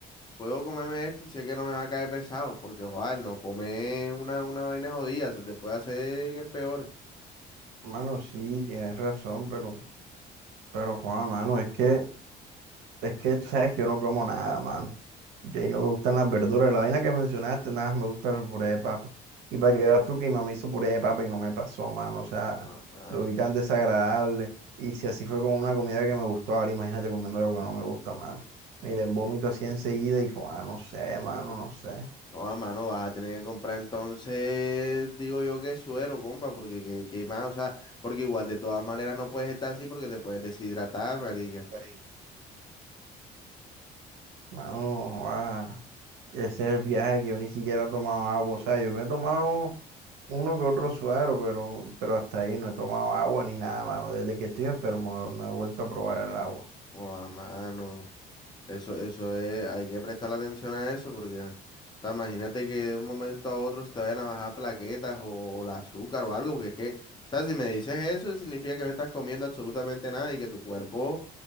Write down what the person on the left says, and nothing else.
puedo comerme esto y sé que no me va a caer pesado, porque ojalá no comer una, una vaina jodida, eso te puede hacer que peores.
No, mano.
No, a mano, vas a tener que comprar entonces, digo yo que suero, compa, porque que, que mano, o sea, porque igual de todas maneras no puedes estar así porque te puedes deshidratar, marica.
No, a mano. Eso, eso es, hay que prestar atención a eso porque, o sea, imagínate que de un momento a otro se te vayan a bajar plaquetas o, el azúcar o algo, porque es que, o sea, si me dices eso, significa que no estás comiendo absolutamente nada y que tu cuerpo, o